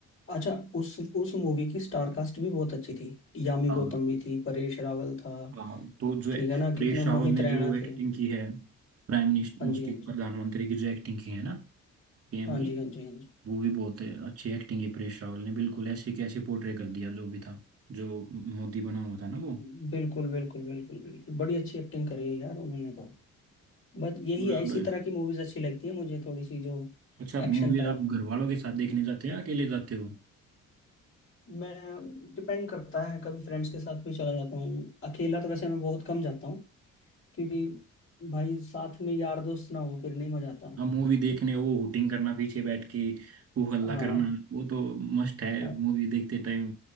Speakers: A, on the left (about 45°); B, on the right (about 50°).
A: अच्छा उस उस मूवी की स्टार कास्ट भी बहुत अच्छी थी यामी
B: हाँ
A: गौतम भी थी परेश रावल था
B: हाँ तो जो
A: ठीक
B: है,
A: है ना
B: परेश
A: कितने
B: रावल
A: मोहित
B: ने
A: रैना
B: जो एक्टिंग
A: थे
B: की है प्राइम मिनिस्टर
A: हाँ
B: उसके
A: जी हाँ जी
B: प्रधानमंत्री की जो एक्टिंग की है ना पीएम
A: हाँ
B: की
A: जी हाँ जी हाँ जी
B: वो भी बहुत अच्छी एक्टिंग है परेश रावल ने बिल्कुल ऐसे कैसे पोर्ट्रे कर दिया जो भी था जो मोदी बना हुआ था ना वो
A: बिल्कुल बिल्कुल बिल्कुल बिल्कुल बड़ी अच्छी एक्टिंग करी है यार उन्होंने तो बस यही
B: पूरा
A: है इसी
B: ब-
A: तरह की मूवीज अच्छी लगती है मुझे थोड़ी सी जो
B: अच्छा
A: एक्शन
B: मूवी
A: टाइप
B: आप घर वालों के साथ देखने जाते हो या अकेले जाते हो
A: मैं डिपेंड करता है कभी फ्रेंड्स के साथ भी चला जाता हूँ अकेला तो वैसे मैं बहुत कम जाता हूँ क्योंकि भाई साथ में यार दोस्त ना हो फिर नहीं मजा आता
B: आप मूवी देखने वो हुटिंग करना पीछे बैठ के हू हल्ला
A: हाँ
B: करना वो तो मस्ट है
A: हाँ
B: मूवी देखते टाइम